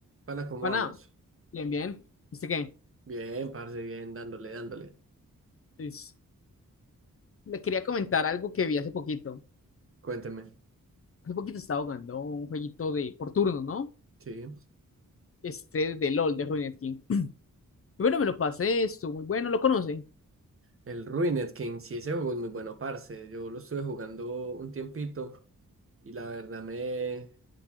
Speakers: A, on the right; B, on the left.
A: Pana, ¿cómo
B: Bueno,
A: vamos?
B: bien, bien. ¿Viste qué?
A: Bien, parce, bien, dándole, dándole.
B: Pues, le quería comentar algo que vi hace poquito.
A: Cuénteme.
B: Hace poquito estaba jugando un jueguito de por turno, ¿no?
A: Sí.
B: Este de LOL, de Ruined King. Y bueno, me lo pasé, estuvo muy bueno, ¿lo conoce?
A: El Ruined King, sí, ese juego es muy bueno, parce. Yo lo estuve jugando un tiempito y la verdad me,